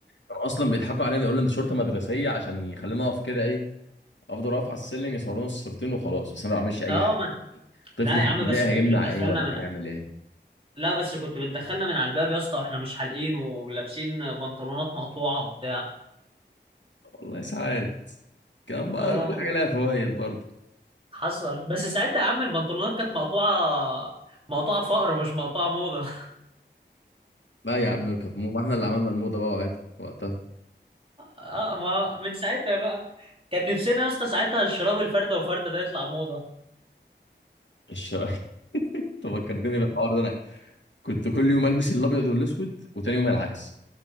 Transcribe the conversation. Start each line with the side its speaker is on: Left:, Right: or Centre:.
Left: كانوا اصلا بيضحكوا علينا يقولوا انت شرطه مدرسيه عشان يخلينا اقف كده ايه افضل اقف على السلم يصورونا الصورتين وخلاص بس انا ما بعملش اي
Right: آه،
Left: حاجه
Right: من
Left: طفل
Right: لا
Left: في
Right: يا
Left: الابتدائي
Right: عم بس
Left: هيمنع
Right: كنت بتدخلنا
Left: ايه ولا
Right: من
Left: هيعمل ايه
Right: لا بس كنت بتدخلنا من على الباب يا اسطى واحنا مش حالقين ولابسين بنطلونات مقطوعه وبتاع
Left: والله ساعات كان بقى
Right: اه
Left: كل حاجه لها فوائد برضه
Right: حصل بس ساعتها يا عم البنطلونات كانت مقطوعه مقطوعه فقر مش مقطوعه موضه <laughs>
Left: لا يا عم كانت مو ما احنا اللي عملنا الموضه بقى وقعت- وقتها
Right: اه ما من ساعتها بقى كان نفسنا يا اسطى ساعتها الشراب الفردة وفردة ده يطلع موضة
Left: الش- <laughs> انت فكرتني بالحوار ده انا كنت كل يوم البس الابيض والاسود وتاني يوم العكس